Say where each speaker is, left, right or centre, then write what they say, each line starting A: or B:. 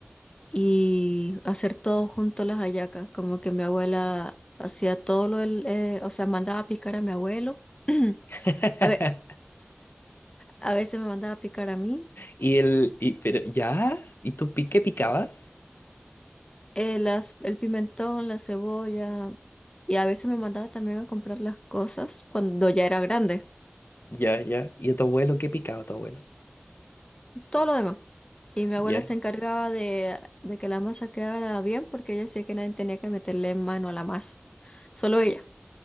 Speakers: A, on the left; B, on the left.
A: y hacer todo junto las hallacas, como que mi abuela hacía todo lo del, eh, o sea, mandaba a picar a mi abuelo, <clears throat>
B: <laughs>
A: a ve- a veces me mandaba a picar a mí,
B: Y el, y, pero, ¿ya? ¿Y tú pi- qué picabas?
A: eh, las, el pimentón, la cebolla y a veces me mandaba también a comprar las cosas cuando ya era grande
B: Ya, ya. ¿Y a tu abuelo qué picaba tu abuelo?
A: y todo lo demás. Y mi abuela
B: Ya.
A: se encargaba de, de que la masa quedara bien porque ella decía que nadie tenía que meterle mano a la masa, solo ella.